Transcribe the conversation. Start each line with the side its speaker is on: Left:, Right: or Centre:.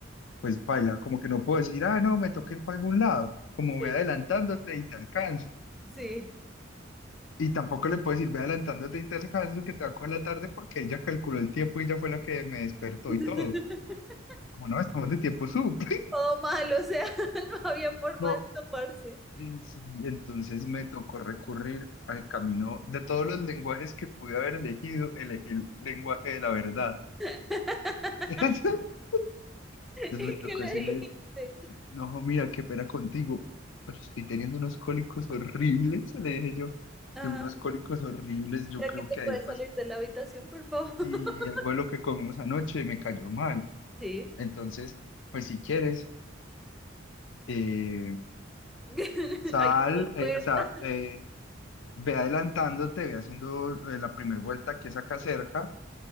Left: pues baila, como que no puedo decir, ah, no, me toqué ir para algún lado, como
Centre: Sí,
Left: voy adelantándote y te alcanzo.
Centre: sí.
Left: Y tampoco le puedes ir ve adelantándote y te eso que te va a coger la tarde porque ella calculó el tiempo y ella fue la que me despertó
Centre: <laughs>
Left: y todo. Como no, estamos de tiempo sup <laughs>
Centre: Todo mal, o sea, <laughs> no había forma
Left: No,
Centre: de escaparse.
Left: mm, sí, entonces me tocó recurrir al camino de todos los lenguajes que pude haber elegido, elegí el lenguaje de la verdad.
Centre: <laughs>
Left: <laughs> Entonces
Centre: ¿Y
Left: me tocó
Centre: ¿Qué le
Left: decirle,
Centre: dijiste?
Left: no, jo, mira, qué pena contigo, pero estoy teniendo unos cólicos horribles, le dije yo,
Centre: Ajá.
Left: de unos cólicos horribles, yo
Centre: ¿Para
Left: creo
Centre: que te
Left: que ahí
Centre: puedes
Left: pues
Centre: salir de la habitación, por favor? <laughs>
Left: sí, algo de lo que comimos anoche me cayó mal.
Centre: Sí.
Left: Entonces, pues si quieres, eh,
Centre: <laughs>
Left: sal,
Centre: Ahí está la
Left: eh,
Centre: puerta.
Left: o sea, eh, ve adelantándote, ve haciendo eh, la primera vuelta que es acá cerca